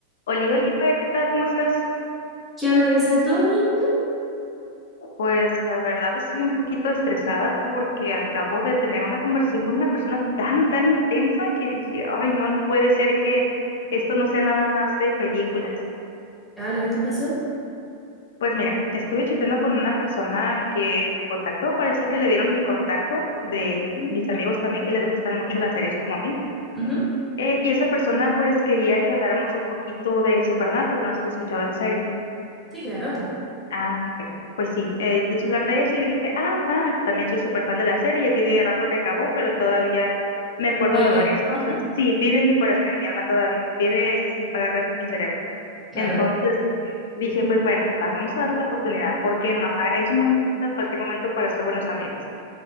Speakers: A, on the left; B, in the centre.
A: Oli, Oliver, ¿qué tal? ¿Cómo estás?
B: ¿Qué onda, Lisa? ¿Todo bien y tú?
A: Pues la verdad estoy un poquito estresada porque acabo de tener una conversación con una persona tan, tan intensa que dije, ay, no, no puede ser que esto no sea nada más de películas.
B: Hola, ¿qué pasó?
A: Pues mira, estuve chateando con una persona que me contactó, parece que le dieron mi contacto de
B: Ujú,
A: mis amigos también que les gustan mucho las series como a mí.
B: ujú.
A: Eh, y esa persona pues quería que habláramos un poquito de Supernatural, no sé si has escuchado esa serie.
B: Sí, claro.
A: Ah, perfecto. Pues sí, eh, quiso hablar de eso. Yo dije, ah, va, también soy súper fan de la serie. Ya tiene rato que acabó, pero todavía me acuerdo
B: Vive.
A: de varias cosas.
B: <laughs> Ujú,
A: Sí, vive en mi corazón y en mi alma todavía. Vive sin pagar renta en mi cerebro.
B: Claro.
A: Entonces dije, pues bueno, va, vamos a darle la oportunidad. ¿Por qué no? Ah, Es un buen momento en cualquier momento para ser buenos amigos.